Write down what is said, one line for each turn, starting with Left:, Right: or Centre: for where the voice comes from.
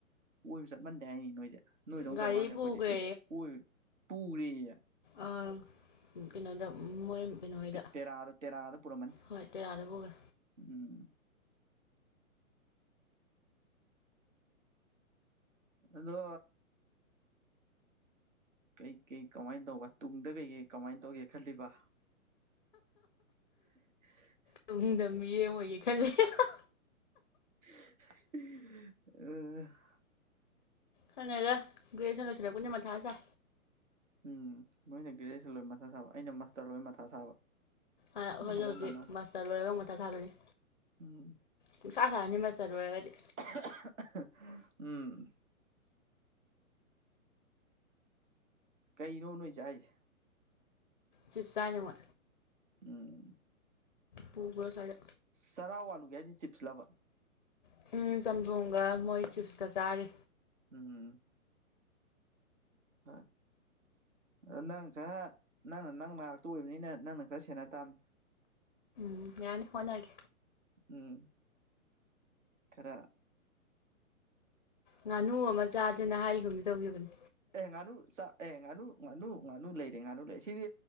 Right: ꯀꯣꯏꯕ ꯆꯠꯃꯟꯗꯦ ꯍꯥꯏꯅꯤ ꯅꯣꯏꯁꯦ ꯅꯣꯏꯗꯧꯅ
Left: ꯒꯥꯔꯤ
Right: ꯇꯧꯔꯀꯥꯟꯗꯤ ꯑꯩꯈꯣꯏꯗꯤ
Left: ꯄꯨꯈ꯭ꯔꯦ
Right: ꯏꯁ ꯀꯣꯏ ꯄꯨꯔꯤꯌꯦ
Left: ꯑ ꯀꯩꯅꯣꯗ ꯃꯣꯏ ꯀꯩꯅꯣ ꯍꯣꯏꯗ
Right: ꯇꯦꯔꯥꯗ ꯇꯦꯔꯥꯗ ꯄꯨꯔꯝꯃꯅꯤ
Left: ꯍꯣꯏ꯫ ꯇ‌ꯦꯔꯥꯗ ꯄꯨꯈ꯭ꯔꯦ꯫
Right: ꯎꯝ ꯑꯗꯣ ꯀꯩ ꯀꯩ ꯀꯃꯥꯏꯟ ꯇꯧꯕ ꯇꯨꯡꯗ ꯀꯩꯀꯩ ꯀꯃꯥꯏꯟ ꯇꯧꯒꯦ ꯈꯜꯂꯤꯕ <unintelligible>
Left: ꯇꯨꯡꯗ ꯃꯤꯔ‌ꯦꯝ ꯑꯣꯏꯒꯦ ꯈꯜꯂꯤ <unintelligible>
Right: <unintelligible>
Left: ꯈꯪꯗ꯭ꯔꯦꯗ ꯒ꯭ꯔꯦꯖꯨꯏꯁꯟ ꯂꯣꯏꯁꯤꯜꯂꯛꯄꯅꯦ ꯃꯊꯥ ꯁꯥꯏ꯫
Right: ꯎꯝ ꯅꯣꯏꯅ ꯒ꯭ꯔꯦꯖꯨꯑꯦꯁꯟ ꯂꯣꯏ ꯃꯊꯥ ꯁꯥꯕ ꯑꯩꯅ ꯃꯥꯁꯇꯔ ꯂꯣꯏꯔ ꯃꯊꯥ ꯁꯥꯕ꯫
Left: ꯍꯣꯏ ꯑꯩꯈꯣꯏꯖꯨ
Right: ꯍꯥꯏꯔꯞ
Left: ꯍꯧꯖꯤꯛ
Right: ꯃꯥꯟꯅꯕ
Left: ꯃꯥꯁꯇꯔ ꯂꯣꯏꯔꯒ ꯃꯊꯥ ꯁꯥꯗꯣꯏꯅꯤ꯫
Right: ꯎꯝ
Left: ꯄꯨꯡꯁꯥ ꯁꯥꯅꯤ ꯃꯁꯇꯔ ꯂꯣꯏꯔꯒꯗꯤ
Right: <unintelligible> ꯎꯝ ꯀꯩꯅꯣꯕ ꯅꯣꯏ ꯆꯥꯏꯁꯦ
Left: ꯆꯤꯞꯁ ꯆꯥꯏꯅꯤ ꯃꯣꯏ
Right: ꯎꯝ
Left: ꯄꯨꯒ꯭ꯔꯣ ꯑꯁ꯭ꯋꯥꯏꯗ
Right: ꯆꯔꯥ ꯋꯥꯂꯨꯒꯦ ꯍꯥꯏꯁꯦ ꯆꯤꯞꯁ ꯂꯕ
Left: <unintelligible> ꯆꯝꯊꯣꯡꯒ ꯃꯣꯏ ꯆꯤꯞꯁꯀ ꯆꯥꯔꯤ
Right: ꯎꯝ <unintelligible> ꯑꯗꯨ ꯅꯪ ꯈꯔ ꯅꯪꯅ ꯅꯪ ꯅꯅꯥꯛꯇ ꯑꯣꯏꯕꯅꯤꯅ ꯅꯪꯅ ꯈꯔ ꯁꯦꯟꯅ ꯇꯥꯝꯅꯤ
Left: ꯎꯝ ꯌꯥꯅꯤ ꯍꯣꯠꯅꯒꯦ
Right: ꯎꯝ ꯈꯔ
Left: ꯉꯥꯅꯨ ꯑꯃ ꯆꯥꯁꯤꯅ ꯍꯥꯏꯒꯨꯝꯗꯤ ꯇꯧꯈꯤꯕꯅꯤ
Right: ꯑꯦ ꯉꯥꯅꯨ ꯆꯥ ꯑꯦ ꯉꯥꯅꯨ ꯉꯥꯅꯨ ꯉꯥꯅꯨ ꯂꯩꯔꯦ ꯉꯥꯅꯨ ꯂꯩꯔꯦ ꯁꯤꯗꯤ